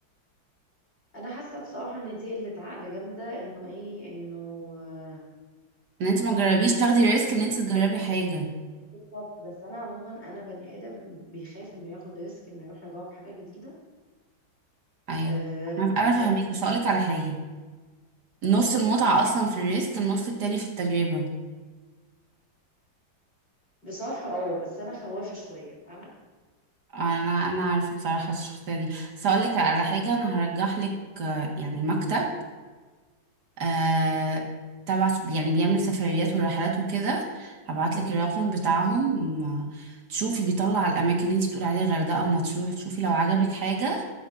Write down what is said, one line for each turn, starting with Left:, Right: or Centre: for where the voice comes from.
Left: انا حاسة بصراحة ان دي قلة عقل جامدة انه ايه انه آه،
Right: ان انت ما تجربيش تاخدي ريسك ان انت تجربي حاجه
Left: بالظبط بس انا عموما انا بني ادم بيخاف انه ياخد ريسك انه يروح يجرب حاجة جديدة
Right: ايوه
Left: أه
Right: انا انا
Left: وما
Right: فاهمك
Left: تبقاش-
Right: مش هقولك على حاجه نص المتعه اصلا في الريسك النص التاني في التجربه
Left: بصراحة اه بس انا خوافة شوية فاهمة
Right: انا انا عارفه بصراحه الشخصيه دي بس هقولك على حاجه انا هرجح لك آه، يعني مكتب آه تبع يعني بيعمل سفريات ورحلات وكده هبعت
Left: مم.
Right: لك الرقم بتاعهم آه، تشوفي بيطلع الاماكن اللي انت بتقولي عليها غردقه ومطروح تشوفي لو عجبك حاجه